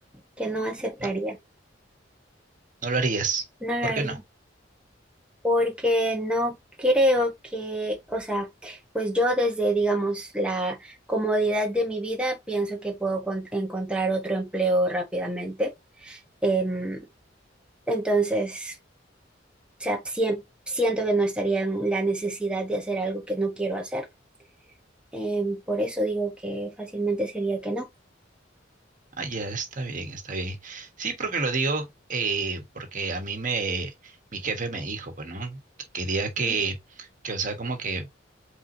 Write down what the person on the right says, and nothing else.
No, no lo harías.
¿Por
qué no?
Ah, ya, está bien, está bien. Sí, porque lo digo eh, porque a mí me, mi jefe me dijo, bueno, que quería que,
que, o sea, como que